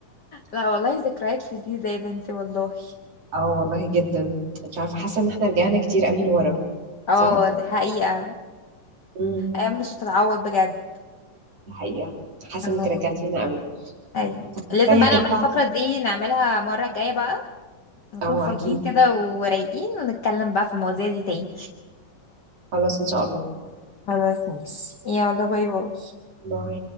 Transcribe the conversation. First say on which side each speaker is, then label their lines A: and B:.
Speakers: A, on the left; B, on the right.
A: لا والله ذكريات لذيذة يا بنتي والله
B: اه والله جدا مش عارفه حاسه ان احنا رجعنا كتير قوي لورا
A: <laughs> اه
B: صح
A: دي حقيقة
B: امم
A: ايام مش هتتعوض بجد
B: الحقيقه حاسه
A: اه
B: انك رجعتينا
A: <laughs>
B: قوي
A: ايوه
B: طب
A: لازم
B: كفايه
A: بقى
B: كده
A: نعمل الفقرة
B: بقى
A: دي نعملها المرة الجاية بقى نكون
B: اه
A: فاضيين
B: اكيد
A: كده ورايقين ونتكلم بقى في المواضيع دي تاني
B: خلاص ان شاء الله
A: خلاص ماشي يلا باي باي
B: باي